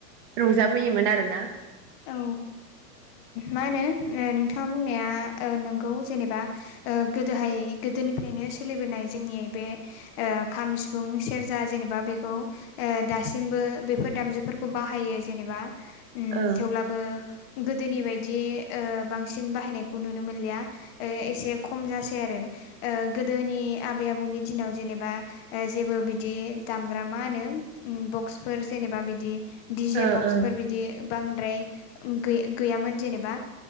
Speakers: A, on the right (about 30°); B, on the left (about 35°).
A: रंजााबोयोमोन आरो ना।
B: औ मा होनो नोंथाङा बुंनाया नोंगौ जेनेबा ओ गोदोहाय गोदोनिफ्रायनो सोलिबोनाय जोंनि बे खाम सिफुं सेरजा जेनेबा बेखौ दासिमबो बेफोर दामजुफोरखौ बाहायो जेनेबा उम
A: ओं
B: थेवब्लाबो गोदोनि बायदि बांसिन बाहायनायखौ नुनो मोनलिया ओ एसे खम जासै आरो ओ गोदोनि आबै आबौनि दिनाव जेनेबा जेबो बिदि दामग्रा मा होनो बक्सफोर जेनेबा बिदि दिडिजे
A: ओ
B: बक्सफोर
A: ओं
B: बिदि बांद्राय गै गैयामोन जेनेबा